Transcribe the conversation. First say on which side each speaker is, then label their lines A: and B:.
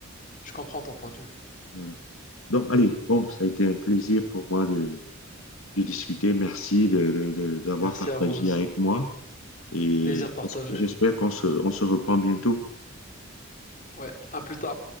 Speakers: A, on the left (about 40°); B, on the left (about 75°).
A: Je comprends ton point de vue.
B: Voilà. Donc, allez, bon, ça a été un plaisir pour moi de, de discuter. Merci de, de- de- d'avoir
A: Merci
B: partagé
A: à vous aussi.
B: avec moi et
A: Plaisir partagé.
B: j'espère qu'on se, on se reprend bientôt.
A: Ouais, à plus tard.